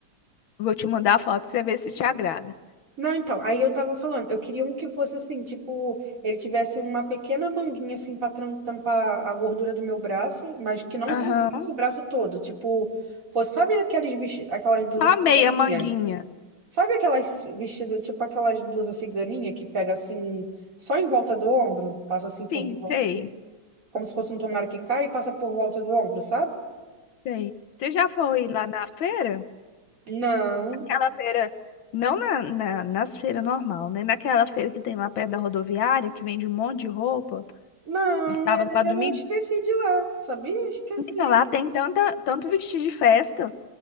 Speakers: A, on the left; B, on the right.
A: Vou te mandar a foto pra você ver se te agrada.
B: Não, então, aí eu tava falando, eu queria um que fosse assim, tipo, ele tivesse uma pequena manguinha assim para tampar a gordura do meu braço, mas que não
A: Aham.
B: tampasse o braço todo, tipo, fosse, sabe aqueles vesti- aquelas blusas
A: Só a meia
B: ciganinha?
A: manguinha.
B: Sabe aquelas vestido, tipo aquelas blusas ciganinha que pega assim só em volta do ombro, passa assim por
A: Sim,
B: de volta
A: sei,
B: do como se fosse um tomara que cai e passa por volta do ombro, sabe?
A: sei. Você já foi lá na feira?
B: Não,
A: Aquela feira, não na, na, nas feiras normal, né? Naquela feira que tem lá perto da rodoviária, que vende um monte de roupa,
B: não,
A: de sábado
B: é-
A: pra
B: eu
A: domingo.
B: esqueci de lá, sabia? Eu Esqueci,
A: Menina, lá tem tanta, tanto vestido de festa,